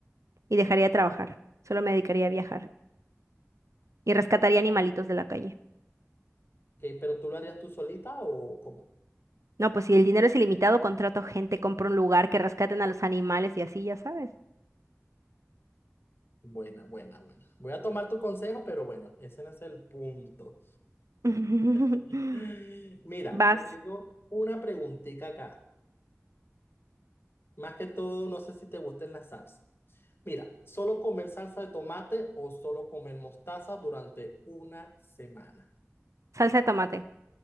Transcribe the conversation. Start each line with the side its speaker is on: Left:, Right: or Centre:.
Right: y dejaría de trabajar, solo me dedicaría a viajar y rescataría animalitos de la calle.
Left: Ok, pero ¿tú lo harías tú solita o cómo?
Right: No, pues si el dinero es ilimitado, contrato gente, compro un lugar, que rescaten a los animales y así, ya sabes.
Left: Buena, buena, buena. Voy a tomar tu consejo, pero bueno, ese no es el punto.
Right: <laughs>
Left: <laughs> Mira,
Right: Vas,
Left: te tengo una preguntita acá. Más que todo, no sé si te gustan las salsas. Mira, ¿solo comer salsa de tomate o solo comer mostaza durante una semana?
Right: salsa de tomate.